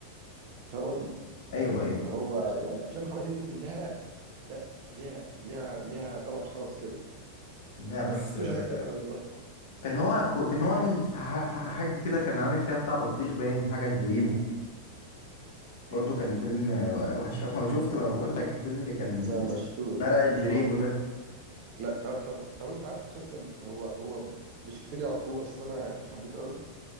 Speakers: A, on the right; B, on the left.
A: فاهم قصدي
B: ايوه
A: اللي
B: ايوه
A: هو يعني افلام محمد هنيدي كلها لا ليها ليها ليها طبع خاص كده
B: لا بس
A: ما حسيتوش
B: آه،
A: انا كده رهيبه
B: كان هو كو- كان هو عامل ح- ح- حاجه كده كان عامل فيها بتاع بطيخ باين حاجه البريمو برضو
A: ايه ده
B: كان فيلم آه، وحش قوي <laughs> شفت ما بقول لك فيلم كان
A: لا
B: آه،
A: ما شفتوش
B: مرق
A: ما شفتوش
B: البريمو
A: خالص
B: ده
A: لا طب طب طب انت عارف مسلسل هو هو مش كتير يعرفوه بس انا حبيته قوي